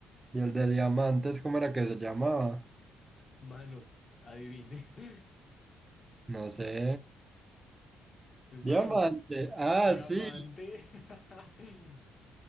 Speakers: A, on the right; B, on the left.
A: y el de diamantes, ¿cómo era que se llamaba?
B: Mano, adivine. <laughs>
A: No sé.
B: Pues, mano,
A: Diamante. Ah,
B: diamante.
A: sí.
B: <laughs>